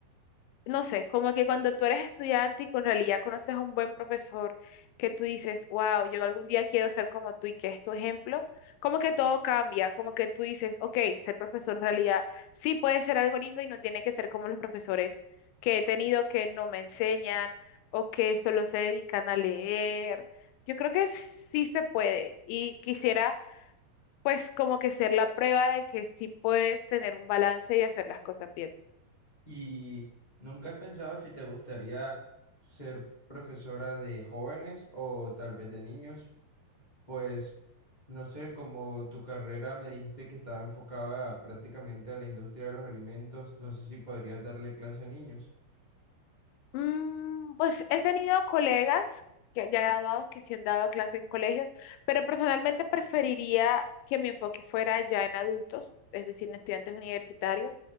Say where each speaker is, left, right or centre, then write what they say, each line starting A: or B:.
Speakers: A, on the left; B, on the left.
A: no sé, como que cuando tú eres estudiante y con realidad conoces a un buen profesor que tú dices, wow, yo algún día quiero ser como tú y que es tu ejemplo, como que todo cambia, como que tú dices, ok, ser profesor en realidad sí puede ser algo lindo y no tiene que ser como los profesores que he tenido que no me enseñan o que solo se dedican a leer. Yo creo que sí se puede y quisiera pues como que ser la prueba de que sí puedes tener un balance y hacer las cosas bien.
B: ¿Y nunca has pensado si te gustaría ser profesora de jóvenes o tal vez de niños? Pues no sé, como tu carrera me dijiste que estaba enfocada prácticamente a la industria de los alimentos, no sé si podrías darle clase a niños,
A: Mm, pues he tenido colegas que ya graduados que sí han dado clase en colegios, pero personalmente preferiría que mi enfoque fuera ya en adultos, es decir, en estudiantes universitarios,